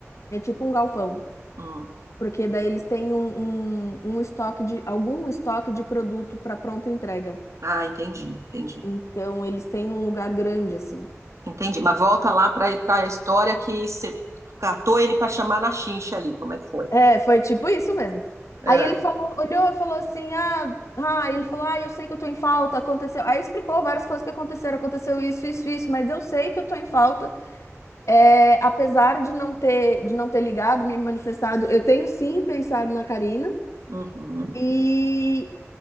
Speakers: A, on the left (about 70°); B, on the right (about 75°).
A: é tipo um galpão,
B: Hum.
A: porque daí eles têm um, um, um estoque de algum estoque de produto para pronta entrega.
B: Ah, entendi, entendi,
A: Então eles têm um lugar grande assim.
B: entendi. Mas volta lá para para a história que você catou ele para chamar na chincha ali, como é que foi?
A: É, foi tipo isso mesmo.
B: É.
A: Aí ele falou, olhou e falou assim: ah, ah, ele falou, ah, eu sei que eu tô em falta, aconteceu. Aí explicou várias coisas que aconteceram, aconteceu isso, isso, isso, mas eu sei que eu tô em falta. É, apesar de não ter, de não ter ligado, me manifestado, eu tenho sim pensado na Karina.
B: Uhum.
A: E,